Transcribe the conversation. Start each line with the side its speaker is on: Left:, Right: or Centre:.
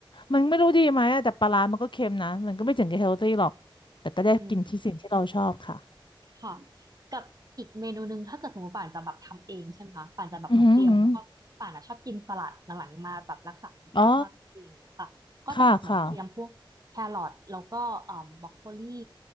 Left: มันไม่รู้ดีไหมอะแต่ปลาร้ามันก็เค็มนะมันก็ไม่ถึงกับเฮลตี้หรอกแต่ก็ได้กินที่สิ่งที่เราชอบค่ะ
Right: อืม ค่ะกับอีกเมนูหนึ่งถ้าเกิดสมมติป่านจะแบบทำเองใช่ไหมคะป่านจะแบบเหมือนเตรียมพวกป่านอะชอบกินสลัดหลังๆมาแบบรักษาสุขภาพมากขึ้นอะไรอย่างเงี้ยค่ะก็จะแบบเหมือนเตรียมพวกแครอทแล้วก็เอ่อบรอกโคลี
Left: อือหือหืออ๋อค่ะค่ะ